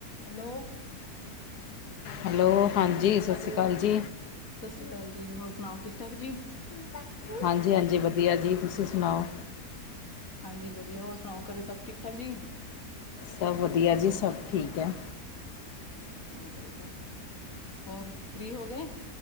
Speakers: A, on the left (about 55°); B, on the left (about 75°).
A: Hello.
B: Hello. ਹਾਂਜੀ। ਸਤਿ
A: hello
B: ਸ਼੍ਰੀ ਅਕਾਲ
A: ਸਤਿ
B: ਜੀ
A: ਸ਼੍ਰੀ ਅਕਾਲ ਜੀ, ਹੋਰ ਸੁਣਾਓ ਠੀਕ-ਠਾਕ ਜੀ? <unintelligible>
B: ਹਾਂਜੀ ਹਾਂਜੀ ਵਧੀਆ ਜੀ ਤੁਸੀਂ ਸੁਣਾਓ
A: ਹਾਂਜੀ-ਹਾਂਜੀ ਵਧੀਆ, ਹੋਰ ਸੁਣਾਓ? ਘਰੇ ਸਭ ਠੀਕ-ਠਾਕ ਜੀ?
B: ਸਭ ਵਧੀਆ ਜੀ ਸਭ ਠੀਕ ਹੈ।
A: ਚਲੋ ਵਧੀਆ ਚਾਹੀਦਾ ਐ, ਹੋਰ ਫ੍ਰਰੀ ਹੋ ਗਏ